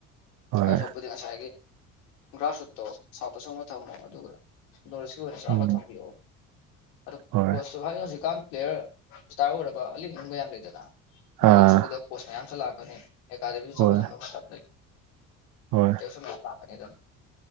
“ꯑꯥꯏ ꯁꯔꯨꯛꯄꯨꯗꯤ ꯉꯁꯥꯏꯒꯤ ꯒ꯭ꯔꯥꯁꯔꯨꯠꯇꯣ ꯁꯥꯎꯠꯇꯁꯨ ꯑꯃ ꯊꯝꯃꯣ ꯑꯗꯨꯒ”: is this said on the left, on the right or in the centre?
Left